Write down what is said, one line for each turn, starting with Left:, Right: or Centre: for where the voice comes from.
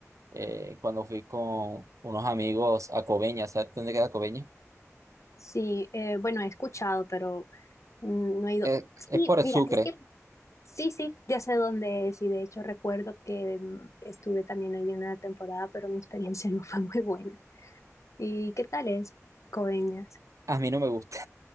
Right: eh, cuando fui con unos amigos a Coveñas. ¿Sabes dónde queda Coveñas?
Left: Sí, eh, bueno, he escuchado, pero mm, no he ido.
Right: Eh, es
Left: Sí,
Right: por el
Left: mira,
Right: Sucre.
Left: es que sí, sí, ya sé dónde es y de hecho recuerdo que mm, estuve también ahí una temporada, pero mi experiencia <laughs> no fue muy buena. ¿Y qué tal es Coeñas?
Right: A mí no me gusta.